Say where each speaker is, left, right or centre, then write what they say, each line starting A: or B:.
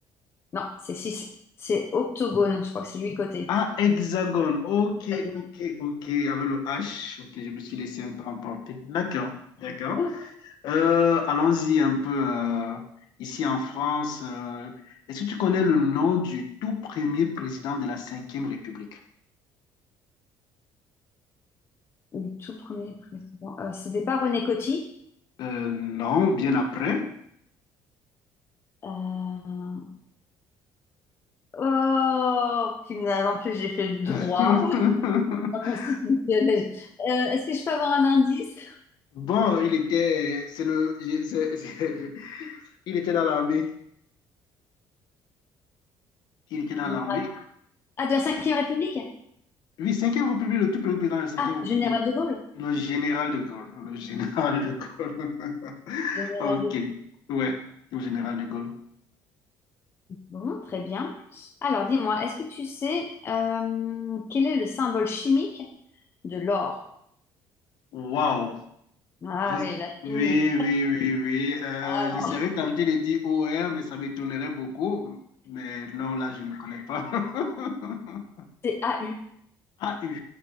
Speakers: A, on the left (about 30°); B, on the left (about 60°).
A: Non, c'est 6. C'est octogone, je crois que c'est 8 côtés.
B: Ah, hexagone. OK,
A: Hexagone.
B: OK, OK. Avec le H. OK, je me suis laissé un peu emporter. D'accord, d'accord.
A: Oh,
B: Euh, allons-y un peu euh, ici en France. euh, est-ce que tu connais le nom du tout premier président de la Cinquième République?
A: Le tout premier président. Euh, c'était pas René Coty?
B: Euh, non, bien après.
A: Euh, Oh, punaise, en plus j'ai fait du
B: <laughs>
A: droit. <laughs> Constitutionnel. Euh, est-ce que je peux avoir un indice?
B: Bon, il était, c'est le, c'est- c'est- <laughs> il était dans l'armée. Il était dans
A: Général-
B: l'armée.
A: Ah, de la cinquième République?
B: Oui, Cinquième République, le tout premier président de la Cinquième
A: Ah,
B: République,
A: Général de Gaulle.
B: le général de Gaulle. Le <laughs> général de Gaulle. <laughs>
A: Général
B: Ok,
A: de Gaulle.
B: ouais, le général de Gaulle.
A: Bon, très bien. Alors, dis-moi, est-ce que tu sais euh, quel est le symbole chimique de l'or?
B: Waouh!
A: Ah
B: Je-
A: oui, la chimie.
B: Oui, oui, oui, oui. Euh,
A: Alors,
B: je serais tenté de dire O R, mais ça m'étonnerait beaucoup. Mais non, là, je ne connais pas. <laughs>
A: c'est AU.
B: A U.